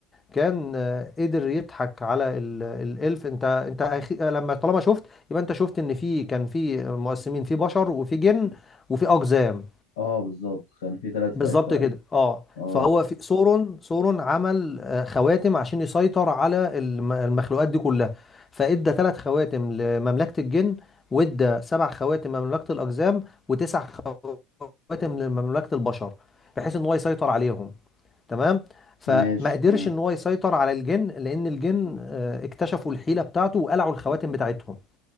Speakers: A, on the left; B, on the left.
A: كان آه، قدر يضحك على ال- الالف انت انت أخي- آه، لما طالما شفت يبقى انت شفت ان في كان في مقسمين في بشر وفي جن وفي اقزام
B: أه بالظبط كان في تلات فئات
A: بالظبط
B: فعلا
A: كده اه
B: أه
A: فهو في سورون سورون عمل آه، خواتم عشان يسيطر على الم- المخلوقات دي كلها فادى ثلاث خواتم لمملكة الجن وادى سبع خواتم لمملكة الاقزام وتسع خواتم لمملكة البشر بحيث ان هو يسيطر عليهم تمام فما
B: ماشي
A: قدرش
B: تمام
A: ان هو يسيطر على الجن لان الجن آه، اكتشفوا الحيله بتاعته وقلعوا الخواتم بتاعتهم